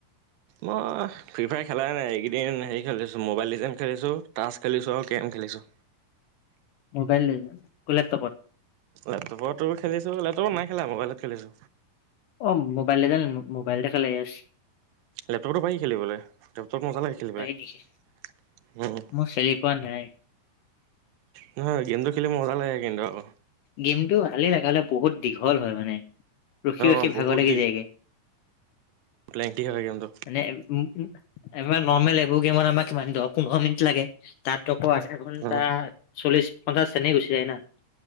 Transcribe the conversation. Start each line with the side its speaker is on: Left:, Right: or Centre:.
Right: মই ফ্ৰী ফায়াৰ খেলাই নাই এইকেইদিন হেৰি খেলিছোঁ ম'বাইল লিজেণ্ড খেলিছোঁ টাচ খেলিছোঁ আৰু কেৰম খেলিছোঁ।
Left: মোবাইল লিজেণ্ড কত লেপটপত?
Right: লেপটপতো খেলিছো লেপটপত নাই খেলা মোবাইলত খেলিছো।
Left: অ', মোবাইল লিজেণ্ড মোবাইলতে খেলে য়েচ।
Right: লেপটপটো পাৰি খেলিবলৈ লেপটপ মজা লাগে খেলিব
Left: পাৰি
Right: পেলাই
Left: নেকি?
Right: উম।
Left: মই খেলি পোৱা নাই।
Right: নহয় গেমটো খেলি মজা লাগে কিন্তু আকৌ।
Left: গেমটো ভালেই লাগে হ'লে বহুত দীঘল হয় মানে ৰখি- ৰখি
Right: অ বহুত
Left: ভাগৰ লাগি যায়গে।
Right: লেঙঠী হয় গেম টো।
Left: নে ম ম আমাৰ নৰ্মেল এইবোৰ গেমত আমাক কিমান দহ পোন্ধৰ মিনিট লাগে। তাত আকৌ আধা ঘন্টা
Right: উম
Left: চল্লিশ-পঞ্চাশ এনেকে গুচি যায় না।